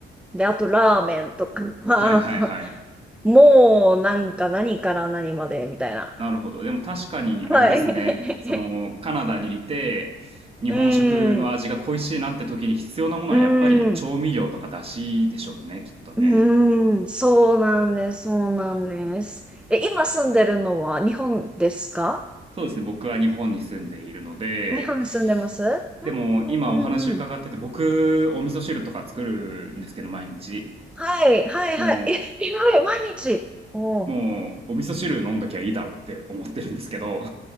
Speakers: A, in the centre; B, on the right.
A: で、あとラーメンとか、<laughs>
B: はいはいはい。
A: もう、なんか何から何まで、みたいな。
B: なるほど。でも確かにあれですね。
A: はい。
B: その、カナダにいて、日本食の味が恋しいなって時に必要なものはやっぱり調味料とか出汁でしょうね、
A: <laughs> うん。うん。
B: きっとね。
A: うーん、そうなんです、そうなんです。え、今住んでるのは日本ですか
B: そうですね。僕は日本に住んでいるので、
A: 日本に住んでますうんうんうんうん。
B: でも今お話伺ってて、僕、お味噌汁とか作るんですけど、毎日。
A: はい、はい、
B: も
A: はい。<laughs> え、えらい、毎日。おう
B: う、もう、お味噌汁飲んどきゃいいだろうって思ってるんですけど、